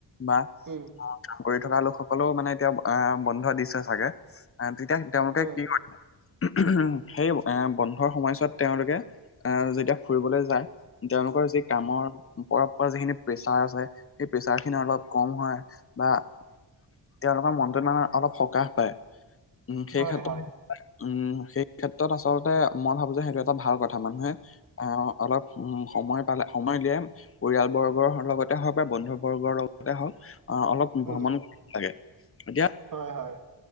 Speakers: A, on the left (about 30°); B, on the right (about 50°).
A: বা-
B: উম।
A: অ কাম কৰি থকা লোকসকলেও মানে এতিয়া আহ বন্ধ দিছে চাগে। আহ তেতিয়া তেওঁলোকে
B: হয়।
A: কি কৰে সেই এ বন্ধৰ সময়ছোৱাত তেওঁলোকে- অহ যেতিয়া ফুৰিবলৈ যায় তেওঁলোকৰ যি কামৰ- ওপৰ পৰা যিখিনি প্ৰেছাৰ আছে সেই প্ৰেছাৰ খিনি অলপ কম হয় বা- তেওঁলোকৰ মনটোত মানে অলপ সকাহ পায়। উ সেই
B: হয়,
A: ক্ষেত্ৰত
B: হয়,
A: উম সেই ক্ষেত্ৰত আচলতে মই ভাবো যে সেইটো এটা ভাল কথা মানুহে- অ অলপ উম সময় পালে সময় উলিয়াই - পৰিয়াল বৰ্গৰ লগতে হওক বা বন্ধু বৰ্গৰ লগতে হওক অহ অলপ-
B: উম,
A: ভ্ৰমণ কৰিব লাগে, এতিয়া-
B: হয় হয়।